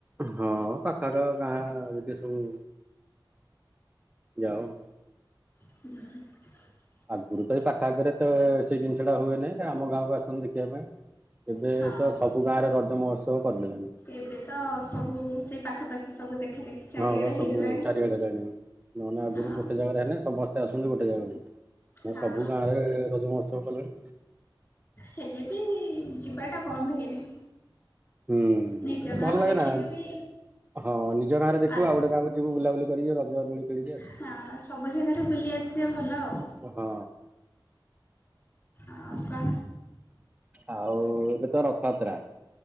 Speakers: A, on the right (about 15°); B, on the left (about 30°).
A: ହଁ ପାଖାଆଖ ଗାଁ ଯେତିକ ସବୁ ଯାଉ
B: <unintelligible>
A: ଆଗରୁ ତ ଏ ପାଖ ଆଖରେ ତ ସେ ଜିନିଷ ଟା ହୁଏନି ଆମ ଗାଁକୁ ଆସୁନଥିଲେ ଦେଖିବା ପାଇଁ। ଏବେ
B: ହଁ
A: ତ ସବୁ ଗାଁରେ ରଜ ମହୋତ୍ସବ କରିଦେଲେଣି।
B: ଏବେ ତ ସବୁ ସେଇ ପାଖାପାଖି ସବୁ ଦେଖା ଦେଖି ଚାରିଆଡେ
A: ହଁ ବା ସବୁ
B: ହେଇଗଲାଣି।
A: ଚାରିଆଡେ ହେଲାଣି ନହଲେ ଆଗରୁ
B: ହଁ
A: ଗୋଟେ ଜାଗାରେ ହେଲେ ସମସ୍ତେ ଆସନ୍ତି ଗୋଟେ ଜାଗାକୁ। ନା
B: ହଁ
A: ସବୁ ଗାଁରେ ରଜ ମହୋତ୍ସବ କଲେଣି।
B: ହେଲେ ବି ଯିବାଟା ବନ୍ଦ ହେଇନି।
A: ହୁଁ
B: ନିଜ ଗାଁରୁ
A: ଭଲ ଲାଗେ
B: ଦେଖିକି
A: ନା
B: ବି
A: ହଁ ନିଜ ଗାଁ ରେ ଦେଖୁ
B: ଅଲଗା
A: ଆଉ ଗୋଟେ ଗାଁକୁ ଯିବୁ ବୁଲାବୁଲି କରି ରଜ ଦୋଳି ଖେଳିକି ଆସିବୁ।
B: ହଁ ସବୁ ଜାଗାରେ ବୁଲି ଆସିବା ଭଲ ଆଉ।
A: ହଁ।
B: ଆଉ କଣ?
A: ଆଉ ଏବେ ତ ରଥଆତ୍ରା,